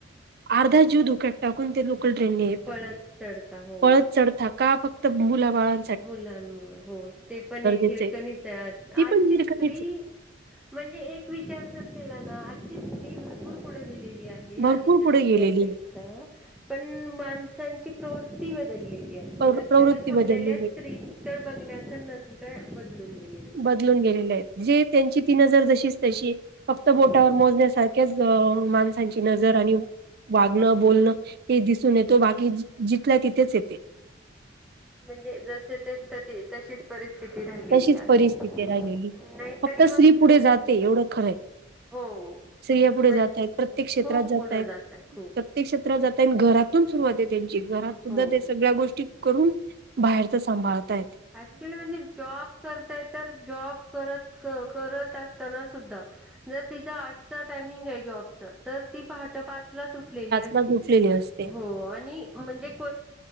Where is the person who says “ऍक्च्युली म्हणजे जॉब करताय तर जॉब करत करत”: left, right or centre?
Centre